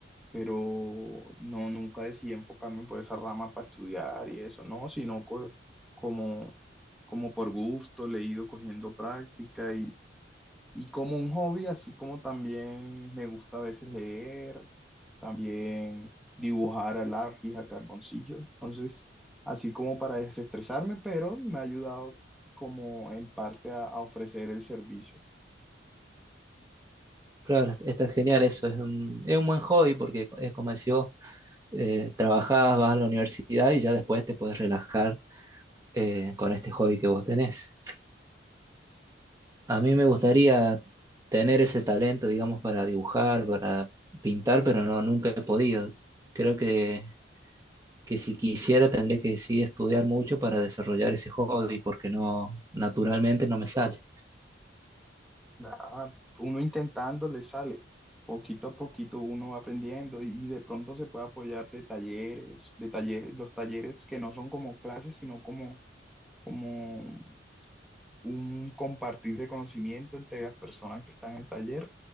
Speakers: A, in the centre; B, on the right.
A: pero no, nunca decidí enfocarme por esa rama para estudiar y eso, no, sino co- como, como por gusto, le he ido cogiendo práctica y, y como un hobby, así como también me gusta a veces leer, también dibujar a lápiz, a carboncillo, entonces, así como para desestresarme, pero me ha ayudado como en parte a, a ofrecer el servicio.
B: Claro, está está genial eso. Es un, es un buen hobby porque es como decís vos eh, trabajás, vas a la universidad y ya después te puedes relajar eh, con este hobby que vos tenés. A mí me gustaría tener ese talento, digamos, para dibujar, para pintar, pero no, nunca he podido. Creo que, que si quisiera tendría que sí estudiar mucho para desarrollar ese hobby, porque no, naturalmente no me sale.
A: Nada, uno intentando le sale. Poquito a poquito uno va aprendiendo y, y de pronto se puede apoyar de talleres, de talleres, los talleres que no son como clases, sino como, como un compartir de conocimiento entre las personas que están en el taller.